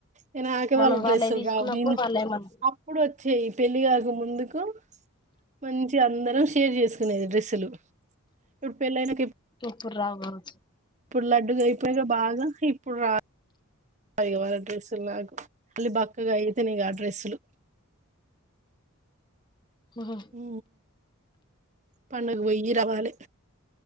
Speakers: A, on the right (about 35°); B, on the left (about 20°).
A: నేను ఆకవాళ్ళ
B: మనం
A: డ్రెస్సులు
B: వాళ్ళయి తీసుకున్నప్పుడు
A: రావు నేను
B: వాళ్ళేమన్
A: అప్పుడు వచ్చేయి పెళ్ళి కాక ముందుకు మంచి అందరం షేర్ చేసుకునేది డ్రస్లు ఇప్పుడు పెళ్ళైన క ఇప్
B: ఇప్పటికే రావు కావచ్చు
A: ఇప్పుడు లడ్డుగా అయిపోయాక బాగా ఇప్పుడు రా ఇగ వాళ డ్రెస్సులు నాకు మళ్ళీ బక్కగా అయితనే ఇగ ఆ డ్రెస్సులు
B: ఉహు
A: ఉ పండుగకు పోయి రావాలే